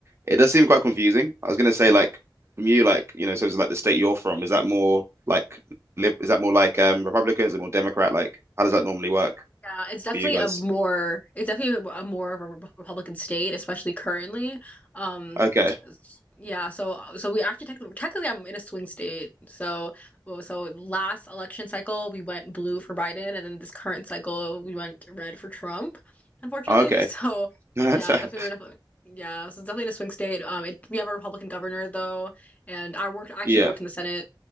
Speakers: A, on the right; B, on the left.
A: it does seem quite confusing I was gonna say like from you like you know in terms of like the state you're from is that more like lib is that more like um Republican is it more Democrat like how does that normally work
B: Yeah, it's definitely
A: for you guys
B: a more it's definitely a more of a re- Republican state, especially currently. Um,
A: okay
B: s- yeah, so so we actually technically technically I'm in a swing state. So well, so last election cycle we went blue for Biden, and then this current cycle we went red for Trump, unfortunately.
A: Oh, okay
B: <laughs> So
A: <laughs> That's-
B: yeah,
A: a-
B: definitely we're definitely yeah, so it's definitely in a swing state. Um, it, we have a Republican governor though, and I worked I actually
A: yeah
B: worked in the Senate,